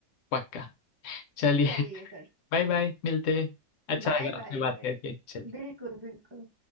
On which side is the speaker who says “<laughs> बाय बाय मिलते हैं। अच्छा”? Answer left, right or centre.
Left